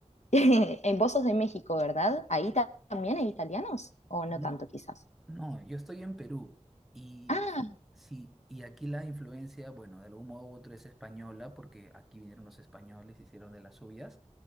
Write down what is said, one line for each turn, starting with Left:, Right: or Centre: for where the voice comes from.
Left: <laughs> En vos sos de México, ¿verdad? ¿Ahí ta- también hay italianos? ¿O no
Centre: No,
Left: tanto, quizás?
Centre: no, yo estoy en Perú y
Left: Ah,
Centre: sí, y aquí la influencia, bueno, de algún modo u otro es española, porque aquí vinieron los españoles, hicieron de las suyas,